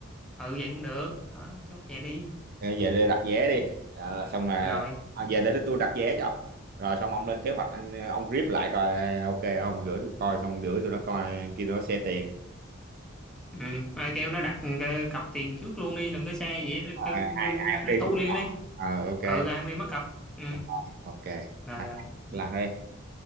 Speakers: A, in the centre; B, on the right.
A: ừ vậy cũng được. Đó, chốt vậy đi.
B: Thôi về đây đặt vé đi Ờ, xong mà
A: Rồi.
B: à, về để tôi đặt vé cho rồi xong ông lên kế hoạch anh ông rip lại coi ok không gửi tôi coi xong gửi tụi nó coi kia tụi nó xe tiền
A: Ừ, mà kêu nó đặt cái cọc tiền trước luôn đi, đừng có xe gì hết,
B: à,
A: kêu
B: ai ai cũng đi
A: thu
B: mất
A: liền
B: ông
A: đi.
B: ờ ok
A: Ừ, ăn đi mất cọc. Ừ,
B: Rồi, ok
A: rồi rồi. Ừ.
B: làm đi